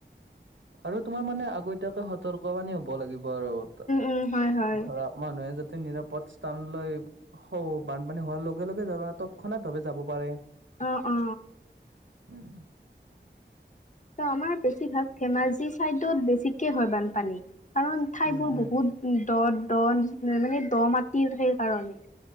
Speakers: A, on the right (about 85°); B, on the left (about 40°).
A: আৰু তোমাৰ
B: উম
A: মানে আগতিয়াকৈ সতৰ্ক বানি হ'ব লাগিব আৰু ত
B: উম হয় হয়
A: ধৰা, মানুহে যাতে নিৰাপদ স্থান লৈ, হ' বানপানী হোৱাৰ লগে লগে যাবা তৎক্ষণাত দুবি যাব পাৰে।
B: অ অ।
A: উম।
B: ত' আমাৰ বেছিভাগ ধেমাজি ছাইডত বেছিকৈ হয় বানপানী কাৰণ ঠাইবোৰ
A: উম, উম,
B: বহুত, দ দ মানে দ মাটি সেই কাৰণে।